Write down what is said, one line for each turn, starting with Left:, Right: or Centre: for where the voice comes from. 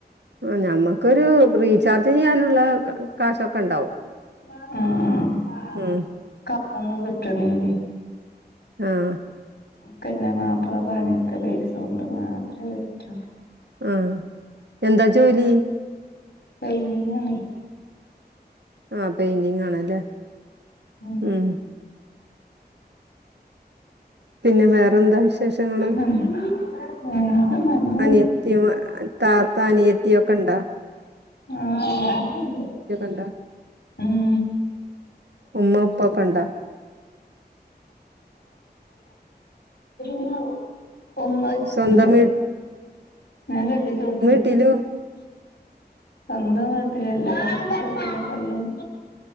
Right: ആഹ് ഞമ്മക്കൊരു റീചാർജ് ചെയ്യാനുള്ള കാശൊക്കെ ഇണ്ടാവും
Left: ഉം
Right: ഉം
Left: കത്തൊന്നും കിട്ടണില്ലേ
Right: ആഹ്
Left: പിന്നെ മാപ്പള പണിയെടുത്ത പൈസ കൊണ്ട് മാത്രേ പറ്റൂ
Right: ആഹ് എന്താ ജോലി?
Left: പെയിൻ്റിംഗാണെ
Right: ആഹ് പെയിന്റിങ് ആണല്ലേ
Left: ഉം
Right: ഉം പിന്നെ വേറെന്താ വിശേഷങ്ങള്
Left: ഉം. വേറെ നല്ല
Right: അനിയത്തിമാ- താത്ത അനിയത്തിയൊക്കെ ഉണ്ടാ
Left: ആഹ് എല്ലാരുണ്ട്
Right: ഇണ്ടാ?
Left: ഉം
Right: ഉമ്മ ഉപ്പ ഒക്കെ ഇണ്ടാ?
Left: <inaudible> <unintelligible> ഒന്ന
Right: സ്വന്തം
Left: ഇ കൊ
Right: വീ
Left: ഞൻ കെട്ടിച്ച വീട്ടില്
Right: ലു
Left: സ്വന്തം വീട്ടിലല്ല കെട്ടിച്ച വീട്ടിലാ ഇപ്പൊ ഉള്ളത്